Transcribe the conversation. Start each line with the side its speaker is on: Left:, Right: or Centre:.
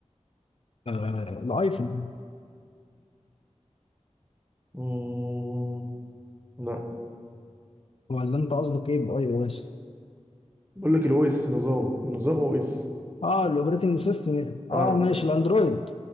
Left: آه الايفون
Right: مم، لا
Left: ولا انت قصدك ايه باي او اس
Right: بقول لك الاو اس نظام النظام او اس
Left: اه الاوبريتنج سيستم يعني.
Right: اه
Left: اه ماشي الاندرويد